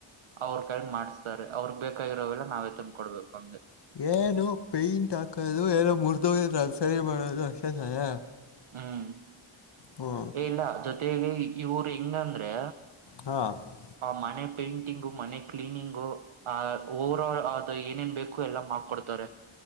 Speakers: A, on the right (about 75°); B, on the left (about 55°).
A: ಅವ್ರರು ಕೈ ಮಾಡ್ಸ್ತಾರೆ ಅವ್ರ ಬೇಕಾಗಿರೋವೆಲ್ಲ ನಾವೇ ತಂದ್ಕ ಕೊಡ್ಬೇಕು ಅಂದಗೆ
B: ಏನೋ ಪೇಂಟ್ ಹಾಕದು ಏನೋ ಮುರ್ಿದೋಗ್ರ ಅಂದ ಸರಿ ಮಾಡದು ಅಷ್ಟೇ ಸಾಯ
A: ಹ್ಮ್
B: ಹ್ಞೂ
A: ಏ ಇಲ್ಲ ಜೊತೆಗೆ ಈ ಊರು ಹೆಂಗಂದ್ರೆ
B: ಹಾಂ ಹಾಂ
A: ಮನೆ ಪೇಂಟಿಂಗು ಮನೆ ಕ್ಲೀನಿಂಗು ಆ ಓವರ ಆಲ್ ಅ ಏನೇನ್ ಬೇಕು ಎಲ್ಲಾ ಮಾಡ್ಕೊಡ್ತವಾರೆ